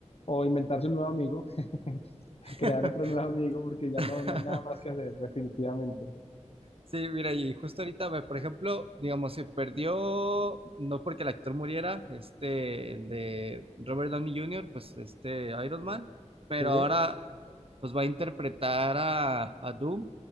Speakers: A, on the left (about 55°); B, on the right (about 50°).
A: O inventarse un nuevo amigo, <laughs>
B: <laughs>
A: crear otro nuevo amigo, porque ya
B: <laughs>
A: no, no hay nada más que hacer, definitivamente.
B: Sí, mira, y justo ahorita, ve, por ejemplo, digamos, se perdió, no porque el actor muriera, este, el de Robert Downey Jr., pues este Iron Man, pero
A: Sí.
B: ahora pues va a interpretar a, a Doom.